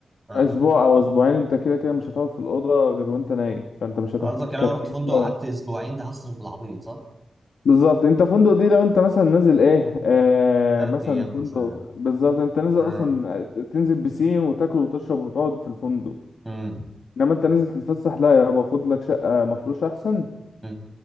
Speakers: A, on the right (about 15°); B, on the left (about 80°).
A: اه
B: اسبوع او اسبوعين انت كده كده مش هتقعد في الاوضه غير وانت نايم فانت مش هتحتاج
A: قصدك انا
B: كراكيب
A: لو رحت فندق
B: بقى
A: قعدت اسبوعين ده هصرف بالعبيط صح؟
B: بالظبط انت فندق دي لو انت مثلا نازل ايه آه
A: تلات
B: مثلا
A: ايام
B: فندق
A: مثلا
B: بالظبط انت نازل
A: اه
B: اصلا تنزل بسين وتاكل وتشرب وتقعد في الفندق
A: امم
B: انما انت نازل تتفسح لا يابا خد لك شقه مفروش احسن
A: أمم.